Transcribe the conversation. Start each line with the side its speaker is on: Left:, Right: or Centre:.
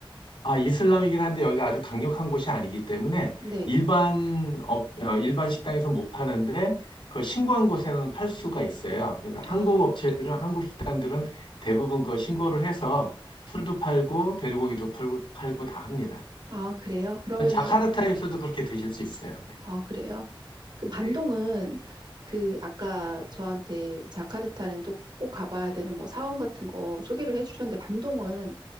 Left: 아, 이슬람이긴 한데 여기가 아주 강력한 곳이 아니기 때문에
Right: 네.
Left: 일반 업, 어, 일반 식당에서 못 파는데 그걸 신고한 곳에는 팔 수가 있어요. 그래서 한국
Right: 아,
Left: 업체들은 한국 식당들은 대부분 그 신고를 해서 술도 팔고 돼지고기도 팔고 팔고 다 합니다.
Right: 아, 그래요? 그러면은
Left: 자카르타에서도 그렇게 드실 수 있어요. 네.
Right: 아, 그래요? 그 반동은
Left: 네.
Right: 그 아까 저한테 자카르타는 또 꼭 가봐야 되는 뭐 사원 같은 거 소개를 해주셨는데 반동은